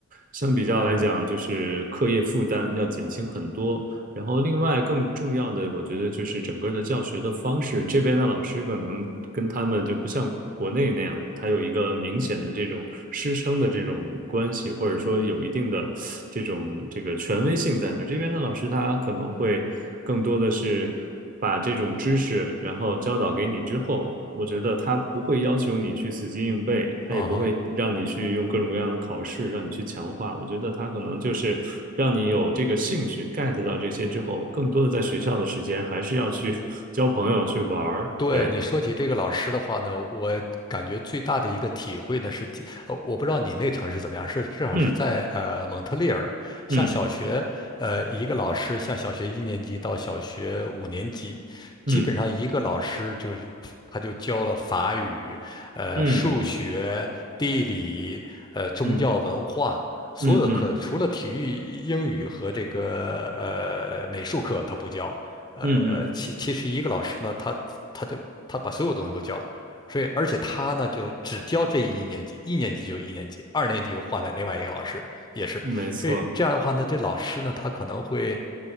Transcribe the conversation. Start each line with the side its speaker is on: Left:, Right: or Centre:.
Right: 相比较来讲，就是课业负担要减轻很多。然后另外更重要的，我觉得就是整个的教学的方式，这边的老师可能跟他们就不像国内那样，他有一个明显的这种师生的这种关系，或者说有一定的这种这个权威性在那儿。这边的老师他可能会更多的是。把这种知识然后教导给你之后，我觉得他不会要求你去死记硬背，他也不会让你去用各种各样的考试让你去强化。
Left: 嗯哼。
Right: 我觉得他可能就是让你有这个兴趣 get 到这些之后，更多的在学校的时间还是要去 <laughs> 交朋友去玩儿。
Left: 对你说起这个老师的话呢，
Right: 对，
Left: 我感觉最大的一个体会呢是，呃，我不知道你那个城市怎么样，是至少是在呃蒙特利尔，
Right: 嗯
Left: 像小学，
Right: 嗯
Left: 呃，一个老师像小学一年级到小学五年级，基本上一个老师就是他就教了法语、
Right: 嗯
Left: 呃数学、
Right: 嗯
Left: 地理、呃宗教文化。
Right: 嗯嗯
Left: 所有的课除了体育、
Right: 嗯嗯
Left: 英语和这个呃美术课，他不教，呃，
Right: 嗯，
Left: 呃其其实一个老师呢，他他就他把所有东西都教了，所以而且他呢就只教这一年级，一年级就一年级，二年级又换了另外一个老师，也是，
Right: 嗯没错。
Left: 所以这样的话呢，这老师呢他可能会